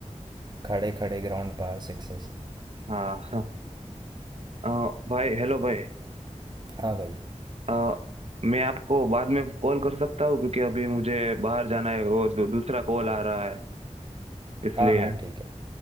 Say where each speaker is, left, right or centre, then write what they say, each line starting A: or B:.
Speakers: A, on the right (about 35°); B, on the right (about 55°).
A: खड़े खड़े ग्राउंड पार सिक्सेस
B: हाँ हाँ अ, भाई हेलो भाई
A: हाँ भाई
B: अ, मैं आपको बाद में कॉल कर सकता हूँ क्योंकि अभी मुझे बाहर जाना है वो दू, दूसरा कॉल आ रहा है इसलिए
A: हाँ हाँ ठीक है